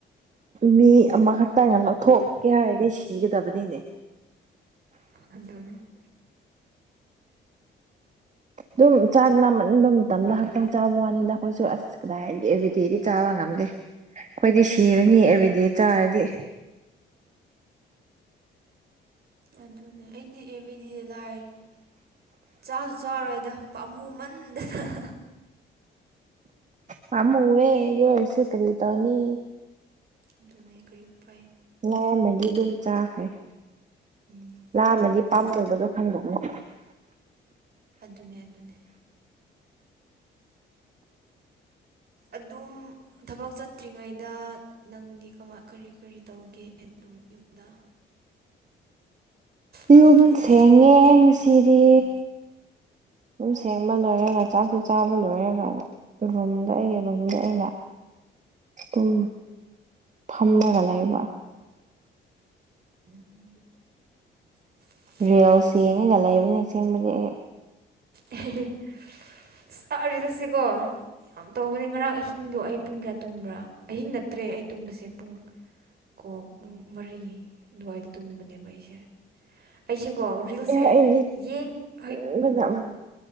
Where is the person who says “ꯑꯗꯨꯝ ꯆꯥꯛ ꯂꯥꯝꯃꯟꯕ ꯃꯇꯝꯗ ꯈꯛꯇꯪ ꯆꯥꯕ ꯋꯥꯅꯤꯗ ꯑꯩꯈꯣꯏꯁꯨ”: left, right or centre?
Right